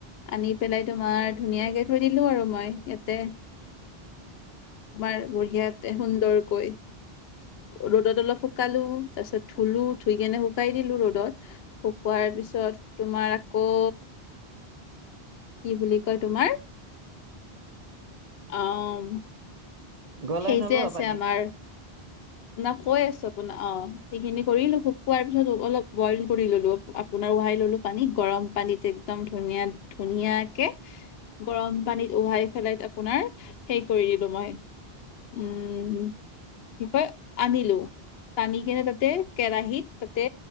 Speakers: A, on the left; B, on the right.
A: আনি পেলাই তোমাৰ ধুনীয়াকে থৈ দিলো আৰু মই ইয়াতে। তোমাৰ বঢ়িয়াতে সুন্দৰকৈ। ৰ'দত অলপ শুকালো, তাৰপিছত ধুলো ধুই কেনে শুকাই দিলো ৰ'দত। শুকোৱাৰ পিছত তোমাৰ আকৌ কি বুলি কয় তোমাৰ, আম
B: গলাই
A: সেই
B: নলোৱা
A: যে আছে
B: পানীত
A: আমাৰ। না কৈ আছো আপোন অ', সেইখিনি কৰিলো শুকোৱাৰ পিছত অলপ বইল কৰি ল'লো। আপোনাৰ ওহাই ল'লো পানীত গৰম পানীত একদম ধুনীয়া ধুনীয়াকে। গৰম পানীত উহাই ফেলাইত আপোনাৰ হেই কৰি দিলো মই। উম, কি কয় আনিলোঁ। আনি কিনে তাতে কেৰাহীত তাতে